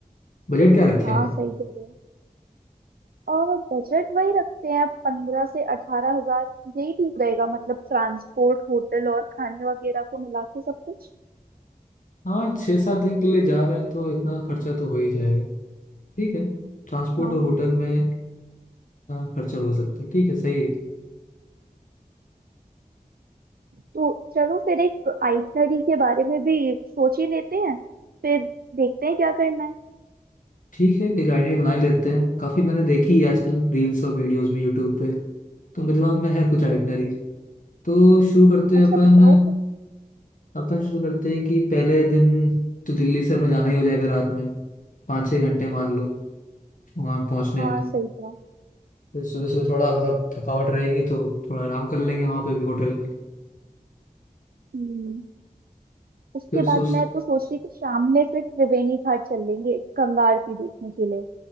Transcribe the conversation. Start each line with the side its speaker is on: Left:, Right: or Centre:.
Left: बजट क्या रखे
Right: हाँ
Left: अपना
Right: सही कह रहे हैं और बजट वही रखते हैं पंद्रह से अठारह हजार यही ठीक रहेगा मतलब ट्रांसपोर्ट होटल और खाने वगैरह को मिला के सब कुछ
Left: हाँ छः सात दिन के लिए जा रहे हैं तो इतना खर्चा तो हो ही जाएगा ठीक है ट्रांसपोर्ट
Right: हाँ
Left: और होटल
Right: हाँ
Left: में हाँ, खर्चा हो सकता है ठीक है सही है
Right: तो चलो फिर एक आइटनरी के बारे में भी सोच ही लेते हैं फिर देखते हैं क्या करना है
Left: ठीक है एक आइडिया बना ही लेते हैं काफ़ी मैंने देखी है आजकल रील्स और वीडियोस में यूट्यूब पे तो मेरे दिमाग में है कुछ आइटनरी तो शुरू करते
Right: अच्छा
Left: हैं अपन
Right: बताओ फिर
Left: अपन शुरू करते हैं कि पहले दिन तो दिल्ली से अपन जाना ही हो जाएगा रात में पाँच छः घंटे मान लो वहाँ पहुँचने
Right: हाँ
Left: में
Right: सही था
Left: फिर सुबह सुबह थोड़ा मतलब थकावट रहेगी तो थोड़ा आराम कर लेंगे वहाँ पे भी होटल में
Right: हम्म उसके
Left: फिर
Right: बाद
Left: सोच
Right: मैं तो सोच रही थी शाम में फिर त्रिवेणी घाट चल लेंगे गंगा आरती देखने के लिए